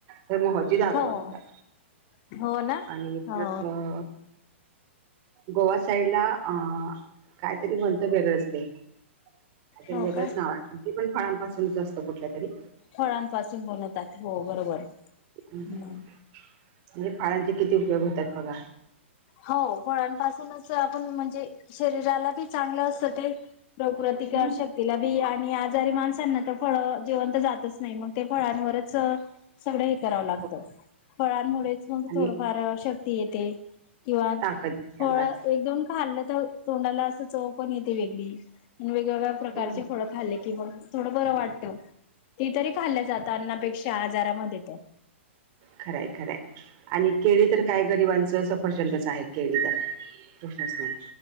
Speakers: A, on the right; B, on the left.
A: तर मोहची दारू
B: हो
A: बनवतात
B: हो हो ना
A: आणि
B: हो
A: पर अ गोवा साईड ला अ काहीतरी बणत वेगळंच ते काहीतरी
B: हो
A: वेगळंच
B: का
A: ना वाटत ते पण फळांपासूनच असतं कुठल्या तरी
B: फळांपासून बनवतात हो बरोबर
A: म्हणजे
B: हम्म
A: फळांचे किती उपयोग होतात बघा
B: हो फळांपासूनच आपण म्हणजे शरीराला बी चांगलं असतं ते प्रकृतिक
A: हं.
B: शक्तीला बी आणि आजारी माणसांना तर फळ जेवणंत जातच नाही मग ते फळांवरच सगळ हे करावं लागत
A: हो
B: फळांमुळेच
A: आणि
B: थोडफार शक्ती येते किंवा
A: ताकद येते
B: फळ
A: अंगात
B: एक दोन खाल्लं तर तोंडाला असं चव पण येते वेगळी वेगवेगळ्या प्रकारचे
A: हो हो
B: फळं खाल्ले कि मग थोडं बरं वाटतं ते तरी खाल्लं जातं अन्नापेक्षा आजारामध्ये तर
A: खरय खरय आणि केळी तर काय गरिबांच सफरचंदच आहे के तर प्रशनच नाही